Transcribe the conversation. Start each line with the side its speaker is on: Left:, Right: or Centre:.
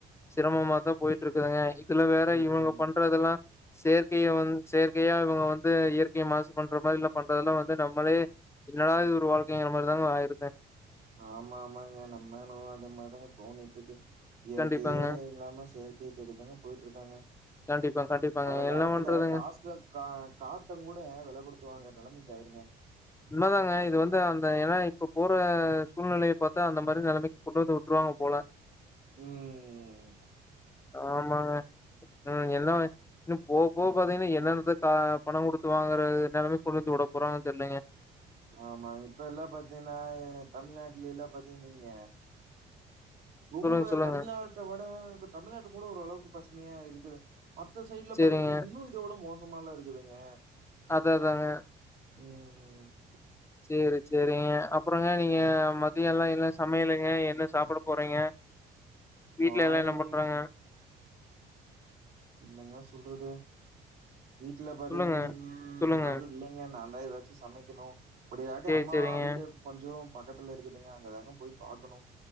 Left: சிரமமா தா போயிட்டு இருக்குதுங்க இதுல வேற
Right: ம்
Left: இவனுங்க பண்றதெல்லா செயற் கிய வந் செயற்கையா இவங்க வந்து இயற்கைய மாசு பண்ற மாதிரில்ல பண்றதெல்லா வந்து நம்மளே என்னடா இது ஒரு வாழ் கையங்கிற மாரிதாங்க வாயரதே
Right: ஆமா ஆமாங்க நம்மளு அத மாரிதாங்க தோணிட்டு இருக்கு இயற்கையே
Left: கண்டிப்பாங்க,
Right: இல்லாம செயற் கைய தேடிதாங்க போயிட்டு இருக்காங்க
Left: கண்டிப்பா, கண்டிப்பாங்க.
Right: வர
Left: என்ன
Right: காலத்துல
Left: பண்றதுங்க?
Right: காஸ்ரா கா காத்த கூட வெல குடுத்து வாங்கற நெலமைக் யா இருங்க
Left: உண்மதாங்க இது வந்து அந்த ஏனா இப்ப போற சூழ்நெலய பாத்த அந்த மாரி நெலமைக் கொண்டு வந்து உட்ருவாங்க போல
Right: ம்
Left: ஆமாங்க ம் என்ன இன்னு போவ போவ பாத்தீங்கன்னா என்னென்னத்த கா பணம் குடுத்து வாங்கறது நெலமைக்கு கொண்டு வந்து உட போறாங்கன்னு தெர்லங்க
Right: ஆமாங்க இப்பல்லா பாத்தீனா எ தமிழ்நாட்லிலா பாத்தீன் வைங்க ரொம்ப
Left: சொல்லுங்க சொல்லுங்க.
Right: தமிழ்நாட்ட வட தமிழ்நாட்டு கூட ஒரு அளவ்க்கு பசு மியா இருக்குது மத்த சைட்ல
Left: சேரிங்க.
Right: பாக்குறப்ப இன்னு இத விட மோ சமால்லா இருக்குதுங்க
Left: அதா அதாங்க
Right: ம்
Left: சேரி சேரிங்க அப்றோங்க நீங்க மதியோலா என்ன சமையலுங்க என்ன சாப்புட போறீங்க? வீட்ல
Right: வாயி
Left: எல்லா என்ன பண்றாங்க?
Right: என்னங்க சொல்றது வீட்ல பாத்தீங்கன்
Left: சொல்லுங்க
Right: வைங்க
Left: சொல்லுங்க.
Right: யாரு இல்லங்க நா ந்தா எதாச்சு சமக்கெனு அப்பிடில்லாட்டி
Left: சேரி
Right: அம்மா
Left: சேரிங்க.
Right: வீடு கொஞ்சோ பக்கத்துல இருக்குதுங்க அங்க தாங்க போய் பாக்கனு